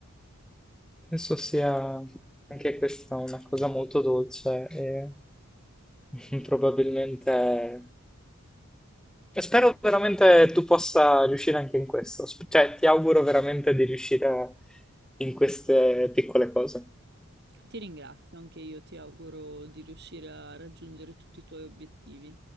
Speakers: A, in the centre; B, on the right.
A: Penso sia anche questa una cosa molto dolce e <laughs> probabilmente E spero veramente tu possa riuscire anche in questo, Sp- cioè ti auguro veramente di riuscire in queste piccole cose.
B: Ti ringrazio, anche io ti auguro di riuscire a raggiungere tutti i tuoi obiettivi.